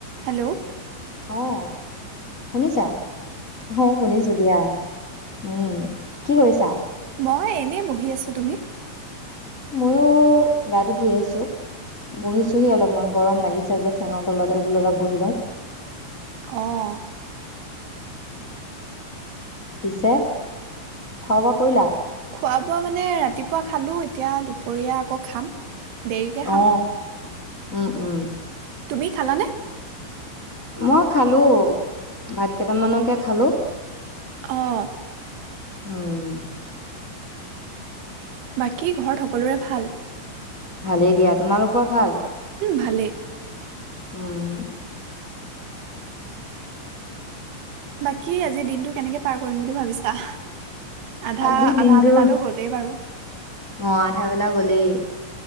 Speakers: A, on the right (about 70°); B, on the left (about 30°).
A: Hello.
B: অ', শুনিছা? অ', শুনিছো দিয়া উম। কি কৰিছা?
A: মই এনেই বহি আছো, তুমি?
B: ময়ো গাটো ধুই আহিছো বহিছোহি অলপমান গৰম লাগিছে যে ফেনৰ তলতে বোলো অলপ বহি লওঁ।
A: অ'।
B: পিছে, খোৱা বোৱা কৰিলা?
A: খোৱা-বোৱা মানে ৰাতিপুৱা খালো এতিয়া দুপৰীয়া আকৌ খাম। দেৰিকে খাম।
B: অ উম, উম।
A: তুমি খালানে?
B: মই খালো, ভাত কেইটামানকে খালো।
A: অ'।
B: উম।
A: বাকী ঘৰ সকলোৰে ভাল?
B: ভালেই দিয়া, তোমালোকৰ ভাল?
A: ভালেই।
B: উম।
A: বাকী আজি দিনটো কেনেকে পাৰ কৰিম বুলি ভাবিছা? আধা,
B: আজিৰ দিনটো
A: আধা বেলাতো গ'লেই বাৰু।
B: অ', আধা বেলা হ'লেই